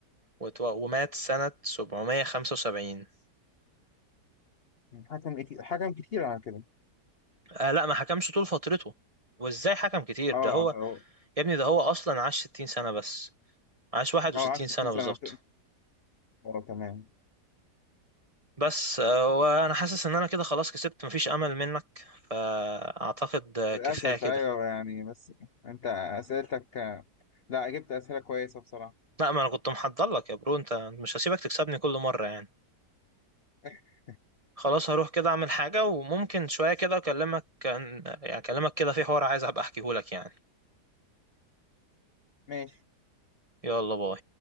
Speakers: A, on the right (about 25°); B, on the left (about 55°).
A: وتو- ومات سنة 775
B: حكم كتير حكم كتير على كده
A: آه لا ما حكمش طول فترته وازاي حكم كتير
B: اه
A: ده هو
B: اه
A: يا ابني ده هو اصلا عاش 60 سنة بس عاش 61
B: آه، عاش 60
A: سنة
B: سنة
A: بالظبط
B: اه تمام
A: بس آه، وانا حاسس ان انا كده خلاص كسبت مفيش امل منك فاعتقد آه،
B: للأسف
A: كفاية كده
B: ايوه يعني بس انت اسئلتك لا جبت اسئلة كويسة بصراحة
A: لا ما انا كنت محضر لك يا برو انت مش هسيبك تكسبني كل مرة يعني
B: <laughs>
A: خلاص هروح كده اعمل حاجة وممكن شوية كده اكلمك كان يعني اكلمك كده في حوار عايز ابقى احكيهولك يعني
B: ماشي
A: يلا باي